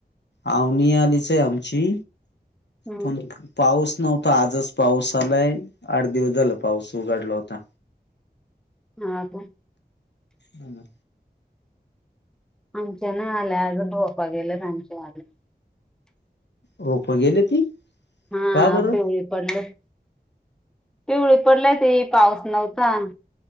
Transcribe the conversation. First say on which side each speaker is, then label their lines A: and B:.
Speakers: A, on the left (about 85°); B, in the centre.
A: आवनी आलीच आहे आमची
B: हम्म
A: पण पाऊस नव्हता आजच पाऊस आलाय आठ दिवस झाला पाऊस उघडला होता
B: हा का
A: ह ना
B: आमच्या ना आल्या अजून पप्पा गेल्या आमच्या आले
A: रोप गेले ती
B: हा
A: का
B: आपे
A: बरं
B: पणलं पिवळी पडलय ते पाऊस नव्हता